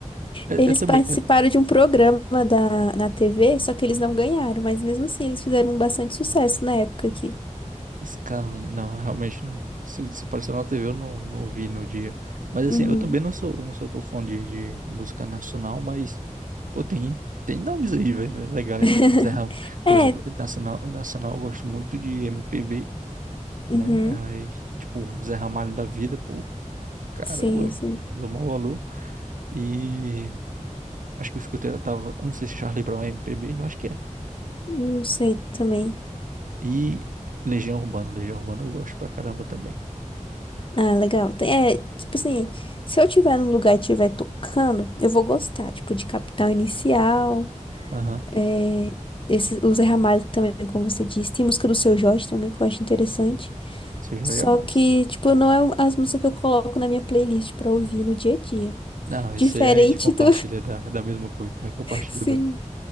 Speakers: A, on the right (about 80°); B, on the left (about 40°).
A: Eu,
B: Eles
A: eu também,
B: participaram
A: é,
B: de um programa da, na TV, só que eles não ganharam, mas mesmo assim eles fizeram um bastante sucesso na época aqui.
A: Scanlan, não, realmente não. Se, se apareceu na TV, eu não, não vi no dia. Mas assim,
B: Uhum.
A: eu também não sou, não sou tão fã de, de música nacional, mas, pô, tem, tem nomes aí, velho, legais,
B: <laughs>
A: né? Tipo, Zé Ra- Por
B: É,
A: exemplo, nacional, nacional eu gosto muito de MPB,
B: uhum,
A: né? Aí, tipo, Zé Ramalho da Vida, pô, caramba,
B: sim,
A: velho,
B: sim.
A: dou maior valor. E acho que eu escutei, eu tava, eu não sei se Charlie Brown é MPB, eu acho que é.
B: Não sei também.
A: E Legião Urbana, Legião Urbana eu gosto pra caramba também.
B: Ah, legal. Tem- É, tipo assim, se eu tiver num lugar e estiver tocando, eu vou gostar, tipo, de Capital Inicial,
A: Aham,
B: é, esse, o Zé Ramalho também, como você disse. Tem música do Seu Jorge também, que eu acho interessante.
A: Seu Jorge
B: Só
A: é massa.
B: que, tipo, não é as músicas que eu coloco na minha playlist pra ouvir no dia a dia.
A: Não, isso
B: Diferente
A: aí a gente compartilha
B: do.
A: da, da mesma coisa, é compartilha
B: <laughs> Sim.
A: do,